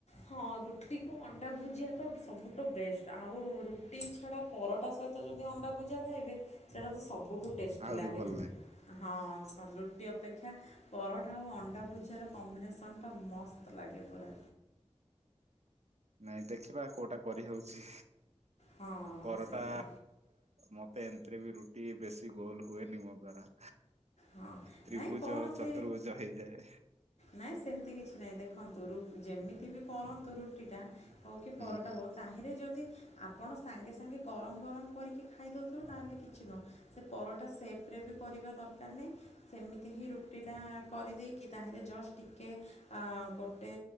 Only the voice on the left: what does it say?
ହଁ ରୁଟିକୁ ଅଣ୍ଡା ଭୁଜିଆ ତ ସବୁଠୁ ବେଷ୍ଟ ଆଉ ରୁଟି ଛଡ଼ା ପରଟା ସହିତ ଯଦି ଅଣ୍ଡା ଭୁଜିଆ ଖାଇବେ ସେଇଟା ତ ସବୁଠ ବହୁ ଟେଷ୍ଟି
ଲାଗେ।
ହଁ ରୁଟି ଅପେକ୍ଷା ପରଠା ଆଉ ଅଣ୍ଡା ଭୁ ସେର କମ୍ବିନେସନ୍ ଟା ମସ୍ତ ଲାଗେ ପୁରା।
ହଁ
ସେଇଆ।
ହଁ
ନାଇଁ କଣ
ସେ
ନାଇଁ ସେମିତି କିଛି ନାଇଁ ଦେ ରଖନ୍ତୁ ର ଯେମିତି ବି କରନ୍ତୁ ରୁଟିଟା ହେଉ କି ପରଟା
ହେଉ ତାହିଁରେ ଯଦି ଆପଣ ସାଙ୍ଗେ ସାଙ୍ଗେ ଗରମ ଗରମ କରିକି ଖାଇଦଉଥିବେ ତାହେଲେ କିଛି ନୁହଁ ସେ ପରଟା ସେ ଏବେ କରିବା ଦ ଦରକାର ନାହିଁ ସେମିତି ହିଁ ରୁଟିଟା କରିଦେଇକି ତାହିଁରେ ଜଷ୍ଟ ଟିକେ ଆଁ ଗୋଟେ